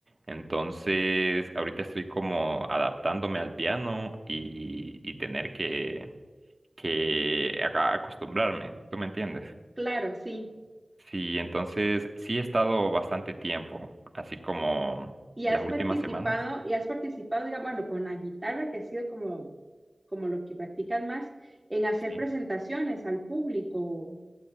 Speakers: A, on the right (about 40°); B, on the right (about 20°).
A: entonces ahorita estoy como adaptándome al piano y, y tener que, que aga- acostumbrarme, ¿tú me entiendes?
B: Claro, sí.
A: Sí, entonces sí he estado bastante tiempo, así como
B: Y
A: las
B: has
A: últimas
B: participado,
A: semanas.
B: y has participado, digamos, bueno, con la guitarra, que ha sido como, como lo que practicas más, en hacer
A: sí.
B: presentaciones al público.